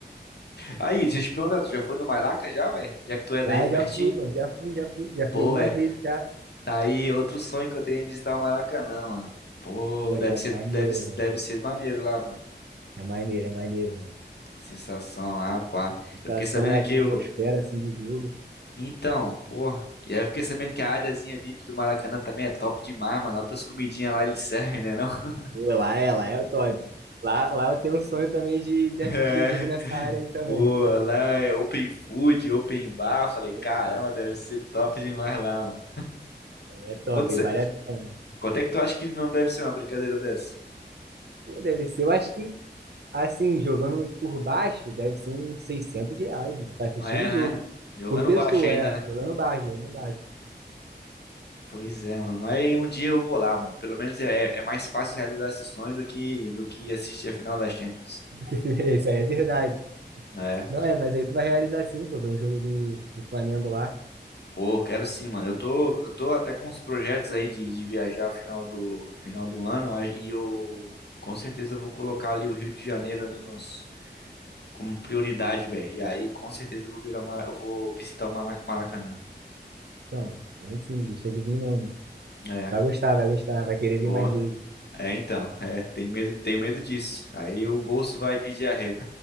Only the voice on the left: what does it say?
Aí, deixa eu te perguntar, tu já foi no Maraca já, velho? Já que tu é daí
de pertinho?
Pô,
é.
Tá aí outro sonho que eu tenho é visitar o Maracanã, mano. Pô,
deve
ser,
deve,
deve ser maneiro lá, mano.
Sensação lá, pá.
Eu fiquei
sabendo
que
o.
Então, pô. E aí eu fiquei sabendo que a áreazinha VIP do Maracanã também é top demais, mano. Altas comidinhas lá eles servem, né, não? <laughs>
É.
Pô,
lá é open food, open bar. Falei, caramba,
deve ser top demais lá, mano.
Quanto, cê-
quanto é que tu acha que não deve ser uma brincadeira dessa?
É,
né?
Jogando
baixo ainda,
né?
Pois é, mano. Mas um dia eu vou lá, mano. Pelo menos é, é mais fácil realizar esse sonho do que, do que assistir a final das Champions.
É.
Pô, quero sim, mano. Eu tô, eu tô até com uns projetos aí de, de viajar final do, final do ano. a- E eu com certeza vou colocar ali o Rio de Janeiro ali nos, como prioridade, velho. E aí com certeza eu vou virar o Mara- eu vou visitar o Mara- Maracanã.
É.
Vou.
É, então. É, tem medo, tem medo disso. Aí o bolso vai pedir arrego.